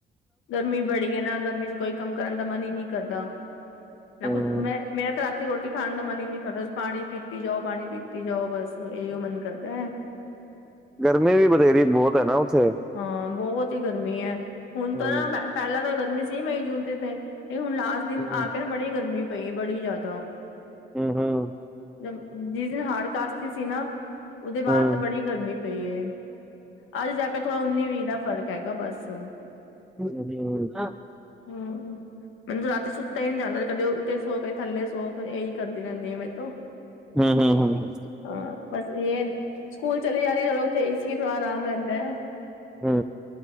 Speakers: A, on the left; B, in the centre.
A: ਗਰਮੀ ਬੜੀ ਹੈ ਨਾ ਗਰਮੀ ਚ ਕੋਈ ਕੰਮ ਕਰਨ ਦਾ ਮਨ ਹੀ ਨਹੀਂ ਕਰਦਾ। ਨਾੈਂ
B: ਹੂੰ
A: ਕੁਛ ਮੈਂ ਮੈਂ ਤਾਂ ਰਾਤੀ ਰੋਟੀ ਖਾਣ ਦਾ ਮਨ ਹੀ ਨੀ ਕਰਦਾ ਪਾਣੀ ਪੀਤੀ ਜਾਓ ਪਾਣੀ ਪੀਤੀ ਜਾਓ ਬਸ ਇਹੀ ਓ ਮਨ ਕਰਦਾ
B: ਗਰਮੀ ਵੀ ਬਥੇਰੀ ਬੋਤ ਹੈ ਨਾ ਉੱਥੇ
A: ਹਾਂ ਬਹੁਤ ਹੀ ਗਰਮੀ ਹੈ ਹੁਣ
B: ਹੂੰ
A: ਤਾਂ ਨਾ। ਪੈਲਾਂ ਤਾਂ ਗਰਮੀ ਸੀ ਮਈ ਜੂਨ ਤੇ ਤੇ ਇਹ ਹੁਣ ਲਾਸਟ ਦਿਨ
B: ਹੂੰ
A: ਆ ਕੇ ਨਾ ਬੜੀ ਗਰਮੀ ਪਈ ਬੜੀ ਜ਼ਿਆਦਾ।
B: ਹੂੰ ਹੂੰ ਹੂੰ
A: ਜ ਜਿਸ ਦਿਨ ਹਾੜੀ ਕਾਦਸੀ ਸੀ ਨਾ ਉਹਦੇ ਬਾਅਦ
B: ਹੂੰ
A: ਤਾਂ ਬੜੀ ਗਰਮੀ ਪਈ ਏ ਅੱਜ ਜਾ ਕੇ ਥੋੜਾ ਉਨੀ ਵੀਹ ਦਾ ਫ਼ਰਕ ਹੈਗਾ ਬਸ ਉਹ
B: <unintelligible>
A: ਹੂੰ ਮੈਨੂੰ ਰਾਤੀ ਸੁੱਤਾ ਹੀ ਨੀ ਜਾਂਦਾ ਕਦੇ ਉੱਤੇ ਸੋ। ਥੱਲੇ ਸੋ ਇਹੀ ਕਰਦੀ ਰਹਿੰਦੀ ਆ ਮੇਰੇ ਤੋਂ
B: ਹੂੰ ਹੂੰ
A: ਹਾਂ ਬਸ ਇਹ ਆ ਸਕੂਲ ਚਲੇ ਜਾ ਰਹੇ ਚਲੋ ਉੱਥੇ ਏਸੀ ਥੋੜਾ ਆਰਾਮ ਰੈਂਦਾ
B: ਹੂ